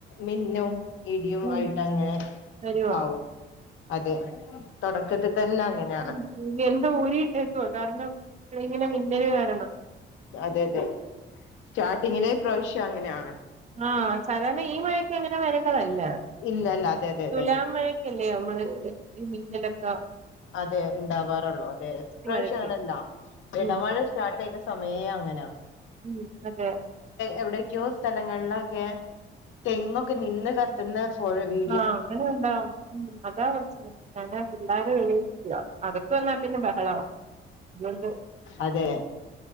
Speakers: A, on the left; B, on the right.
A: മിന്നും ഇടിയും
B: ഉം
A: ആയിട്ടങ്ങനെ
B: വരുവാ
A: ആവും അതെ തൊടക്കത്തി തന്ന അങ്ങനെയാണ്
B: ഇ <unintelligible> ഊരി ഇട്ടേക്ക്‌വാ കാരണം ഇങ്ങനെ മിന്നല് കാരണം
A: അതെ അതെ സ്റ്റാർട്ടിങ്ങിലെ ഇപ്രാവശ്യം അങ്ങനെയാണ്
B: ആഹ് സാധാരണ ഈ മഴക്ക് അങ്ങനെ വരേണ്ടതല്ല
A: ഇല്ല അല്ല അതെ അതെ
B: തുലാം
A: അതെ
B: മഴ ക്കല്ലേ നമ്മള് ഈ മിന്നലൊക്ക
A: അതെ ണ്ടാവാറുള്ളു അതെ ഇപ്രാവശ്യങ്ങനല്ല
B: മഴക്ക്
A: എടമഴ
B: ഉം
A: സ്റ്റാർട്ട് ചെയ്ത സമയേ അങ്ങനെയാ
B: ഉം അതെ
A: എവിടെക്കിയോ സ്ഥലങ്ങളിലൊക്കെ തെങ്ങ്ക്കെ നിന്ന് കത്ത് ത്തുന്ന ഫോ വീ
B: ആഹ് അങ്ങനുണ്ടാവും അതാ പടച്ചോനെ പിള്ളേരു വിളി <unintelligible> അകത്ത് വന്നാ പിന്നെ ബഹളവാ അതുകൊണ്ട്
A: അതെ